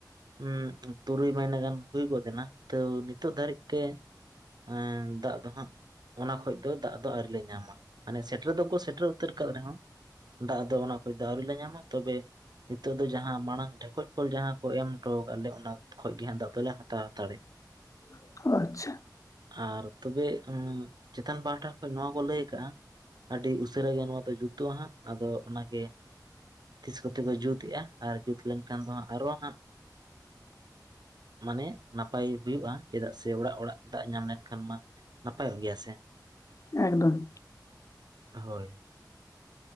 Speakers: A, on the right; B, on the left.
A: ᱦᱸ ᱛᱩᱨᱩᱭ ᱢᱟᱹᱦᱱᱟᱹ ᱜᱟᱱ ᱦᱩᱭ ᱜᱚᱫ ᱮᱱᱟ ᱛᱚ ᱱᱤᱛᱚᱜ ᱫᱷᱟᱹᱨᱤᱡ ᱛᱮ ᱮᱸ ᱫᱟᱜ ᱫᱚᱦᱟᱸᱜ ᱚᱱᱟ ᱠᱷᱚᱡ ᱫᱚ ᱫᱟᱜ ᱫᱚ ᱟᱹᱣᱨᱤ ᱞᱮ ᱧᱟᱢᱟ ᱾ ᱢᱟᱱᱮ ᱥᱮᱴᱮᱨ ᱫᱚᱠᱚ ᱥᱮᱴᱮᱨ ᱩᱛᱟᱹᱨ ᱟᱠᱟᱫ ᱨᱮᱦᱚᱸ ᱫᱟᱜ ᱫᱚ ᱚᱱᱟ ᱠᱷᱚᱡ ᱫᱚ ᱟᱹᱣᱨᱤ ᱞᱮ ᱧᱟᱢᱟ ᱛᱚᱵᱮ ᱱᱤᱛᱚᱜ ᱫᱚ ᱡᱟᱦᱟᱸ ᱢᱟᱲᱟᱝ ᱰᱷᱮᱠᱚᱡ ᱠᱚᱞ ᱡᱟᱦᱟᱸ ᱠᱚ ᱮᱢ ᱦᱚᱴᱚ ᱟᱠᱟᱫ ᱞᱮᱭᱟ ᱚᱱᱟ ᱠᱷᱚᱡ ᱜᱮ ᱦᱟᱸᱜ ᱫᱟᱜ ᱫᱚᱞᱮ ᱦᱟᱛᱟᱣ ᱦᱟᱛᱟᱲᱮᱜᱼᱟ ᱾
B: <inaudible> ᱟᱪᱪᱷᱟ ᱾
A: ᱟᱨ ᱛᱚᱵᱮ ᱪᱮᱛᱟᱱ ᱯᱟᱦᱴᱟ ᱠᱷᱚᱱ ᱱᱚᱣᱟ ᱠᱚ ᱞᱟᱹᱭ ᱠᱟᱜᱼᱟ ᱟᱹᱰᱤ ᱩᱥᱟᱹᱨᱟ ᱜᱮ ᱱᱚᱣᱟ ᱫᱚ ᱡᱩᱛᱚᱜᱼᱟ ᱦᱟᱸᱜ ᱟᱫᱚ ᱚᱱᱟᱜᱮ ᱛᱤᱥ ᱠᱚᱛᱮ ᱠᱚ ᱡᱩᱛᱮᱜᱼᱟ ᱟᱨ ᱡᱩᱛ ᱞᱮᱱᱠᱷᱟᱱ ᱫᱚ ᱦᱟᱸᱜ ᱟᱨᱚ ᱦᱟᱸᱜ ᱢᱟᱱᱮ ᱱᱟᱯᱟᱭ ᱦᱩᱭᱩᱜᱼᱟ ᱪᱮᱫᱟᱜ ᱥᱮ ᱚᱲᱟᱜ ᱚᱲᱟᱜ ᱫᱟᱜ ᱧᱟᱢ ᱞᱮᱱᱠᱷᱟᱱ ᱢᱟ ᱱᱟᱯᱟᱭᱚᱜ ᱜᱮᱭᱟ ᱥᱮ ᱾
B: ᱮᱠᱫᱚᱢ ᱾
A: ᱦᱳᱭ ᱾